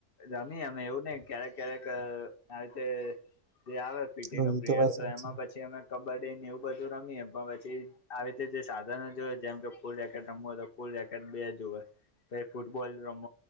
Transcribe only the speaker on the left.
રમી એમ એવું નહી ક્યારેક ક્યારેક આ રીતે જે આવે પીટી
નું
પીરયડ
તો એમાં પછી અમે કબડ્ડી ને એવું બધું રમીએ પણ પછી આવી રીતે જે સાધનો જોય જેમ કે ફૂલ રેકેટ રમ હોય તો ફૂલ રેકેટ બે જુ હોય પ ફૂટબોલ રમ